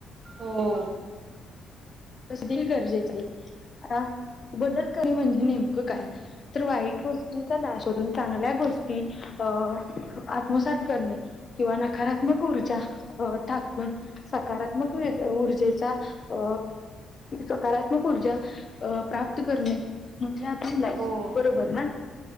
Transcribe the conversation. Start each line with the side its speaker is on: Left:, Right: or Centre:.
Right: हो.
Left: दिल गरजेचं आहे आता बदल करी म्हणजे नेमकं काय? तर वाईट गोष्टींचा नाश करून चांगल्या गोष्टी अ आत्मसात करणे किंवा नकारात्मक ऊर्जा टाकून सकारात्मक ऊर्जेचा अ सकारात्मक ऊर्जा प्राप्त करणे म्हणजे
Right: हो हो
Left: बरोबर ना